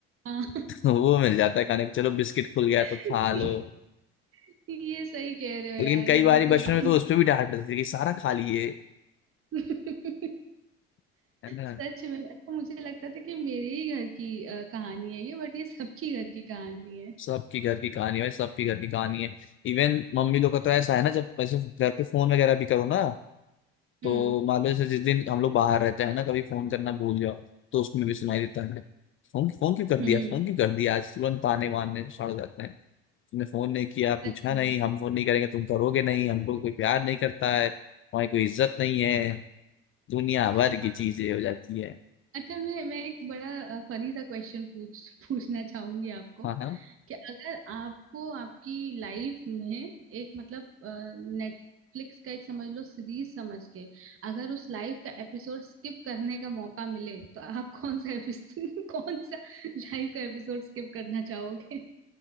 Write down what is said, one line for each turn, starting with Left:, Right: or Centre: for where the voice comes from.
Right: हाँ
Left: तो वो मिल जाता है खाने को चलो बिस्किट खुल गया
Right: <laughs>
Left: तो खा लो
Right: ये सही कह रहे हो
Left: लेकिन
Right: यार
Left: कई
Right: ये
Left: बार
Right: बिल्कुल
Left: बचपन
Right: सही
Left: में तो
Right: बात।
Left: उस पर भी डांट पड़ती थी कि सारा खा लिए
Right: <laughs>
Left: है ना
Right: सच में अच्छा मुझे लगता था कि मेरे ही घर की अ, कहानी है ये बट ये सबकी घर की कहानी है
Left: सबकी घर की कहानी है भाई सबकी घर की कहानी है इवन मम्मी लोग का तो ऐसा है ना जब वैसे घर पे फोन वगैरह भी करो ना तो
Right: हम्म
Left: मान लो जैसे जिस दिन हम लोग बाहर रहते हैं ना कभी फोन करना भूल जाओ तो उसमें भी सुनाई देता है फोन फोन क्यों कर
Right: हम्म
Left: दिया फोन क्यों कर दिया आज तुरंत ताने मारने सड़ जाते हैं तुमने फोन नहीं किया पूछा
Right: अच्छा
Left: नहीं हम फोन नहीं करेंगे तुम करोगे नहीं हमको कोई प्यार नहीं करता है हमारी कोई इज्जत नहीं है दुनिया भर
Right: हाँ
Left: की चीजें हो जाती है
Right: अच्छा मैं मैं एक बड़ा फनी सा क्वेश्चन पूछ पूछना चाहूंगी आपको
Left: हाँ हाँ
Right: कि अगर आपको आपकी लाइफ में एक मतलब नेटफ्लिक्स का एक समझ लो सीरीज समझ के अगर उस लाइफ का एपिसोड स्किप करने का मौका मिले तो आप कौन सा एपिसोड <laughs> कौन सा लाइफ का एपिसोड स्किप करना चाहोगे